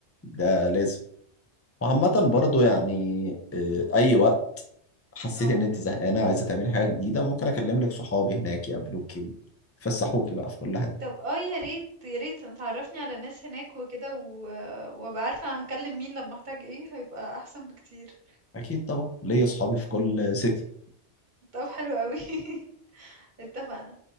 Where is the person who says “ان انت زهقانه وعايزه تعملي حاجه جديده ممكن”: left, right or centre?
Left